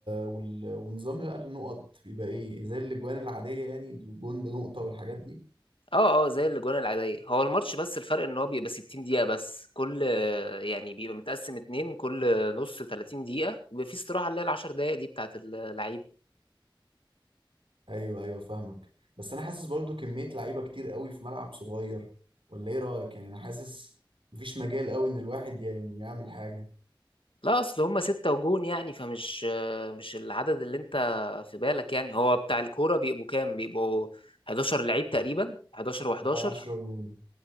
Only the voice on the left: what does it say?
اه اه زي الاجوان العاديه هو الماتش بس الفرق ان هو بيبقى 60 دقيقه بس كل يعني بيبقى متقسم اتنين كل نص 30 دقيقه وبيبقى في استراحه اللي هي ال 10 دقائق دي بتاعت اللعيبه
لا اصل هما ستة وجون يعني فمش مش العدد اللي انت في بالك يعني هو بتاع الكوره بيبقوا كام بيبقوا 11 لعيب تقريبا 11 و11